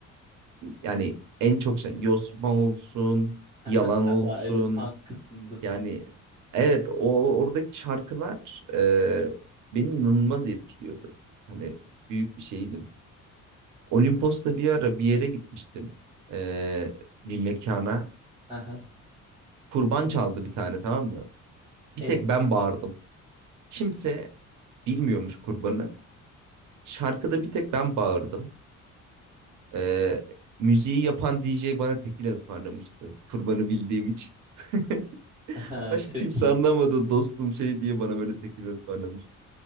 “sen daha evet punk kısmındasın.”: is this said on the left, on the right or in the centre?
Right